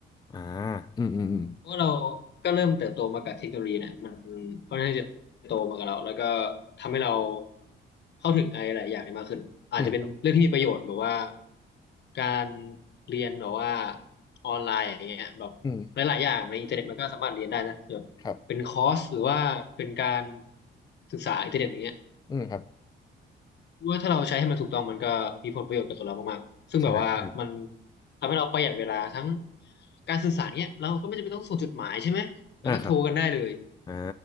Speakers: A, on the left; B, on the left.
A: อ่าอืมอืมอืม
B: เพราะเราก็เริ่มเติบโตมากับเทคโนโลยีเนี่ยมันค่อนข้างจะโตมากับเราแล้วก็ทำให้เราเข้าถึงอะไรหลายอย่างได้มากขึ้นอาจจะเป็นเรื่องที่มีประโยชน์แบบว่า
A: อืมครับ
B: การเรียนแบบว่าออนไลน์อย่างเงี้ยแบบหลายๆอย่างในอินเทอร์เน็ตมันก็สามารถเรียนได้นะแบบเป็นคอร์สหรือว่าเป็นการ
A: อืมครับ
B: ศึกษาอินเทอร์เน็ตอย่างเงี้ย
A: อืมครับ
B: ว่าถ้าเราใช้ให้มันถูกต้องมันก็มีผลประโยชน์กับตัวเรามากๆซึ่งแบบว่ามัน
A: ใช่ ใช่
B: ทำให้เราประหยัดเวลาทั้งการสื่อสารเนี้ยเราก็ไม่จำเป็นต้องส่งจดหมายใช่ไหมมันก็โทรกันได้เลย
A: อ่าครับอ่า